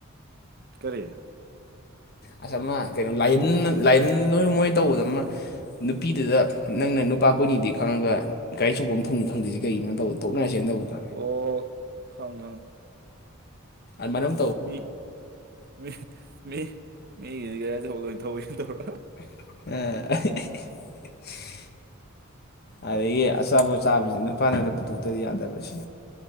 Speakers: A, on the right; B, on the left.
A: ꯀꯔꯤꯦ
B: ꯑꯁ ꯑꯃ ꯀꯩꯅꯣ ꯂꯥꯏꯌꯦꯟ ꯂꯥꯏꯟ ꯂꯣꯏ ꯃꯣꯏ ꯇꯧꯕꯗ ꯑꯃ ꯅꯨꯄꯤꯗꯨꯗ ꯅꯪꯅ ꯅꯨꯄꯥ ꯀꯣꯏꯅꯤꯡꯗꯤ ꯈꯪꯉꯒ ꯒꯥꯔꯤ ꯆꯆꯄꯐꯝ ꯊꯝ ꯈꯪꯗꯦ ꯀꯔꯤꯅꯣ ꯇꯗ ꯊꯣꯛꯅꯔꯁꯦꯅ ꯇꯧꯕꯣ
A: ꯑꯣ ꯈꯪ ꯈꯪ
B: ꯃꯅꯝ
A: ꯃꯤ ꯃꯤ ꯃꯤ ꯃꯤꯒꯤꯗꯤ ꯒꯥꯔꯤ ꯑꯁꯨꯧꯕ ꯂꯣꯏ ꯊꯧꯋꯅ ꯇꯧꯔꯣ
B: ꯑꯦ ꯑꯗꯒꯤ ꯑꯆꯥꯄꯣꯠꯆꯥꯥꯕꯁꯤꯅ ꯅꯨꯄꯥꯅꯗ ꯄꯨꯊꯣꯛꯇꯗꯤ ꯌꯥꯗꯕꯕꯁꯤ